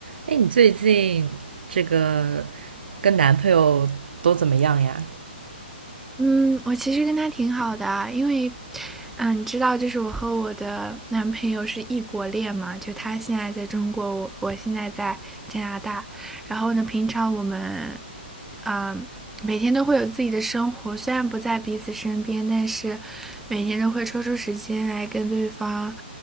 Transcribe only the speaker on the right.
哎，你最近这个跟男朋友都怎么样呀？